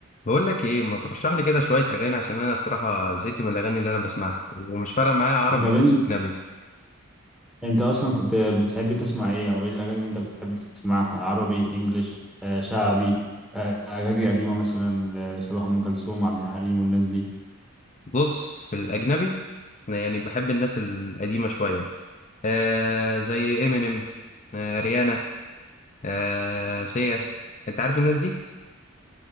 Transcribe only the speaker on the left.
بقول لك ايه ما ترشح لي كده شويه اغاني عشان انا الصراحه زهقت من الاغاني اللي انا بسمعها ومش فارقه معايا عربي
ولا
اجنبي
بص في الاجنبي أنا يعني بحب الناس القديمه شويه آه زي امينيم آه ريانا آه سيا انت عارف الناس دي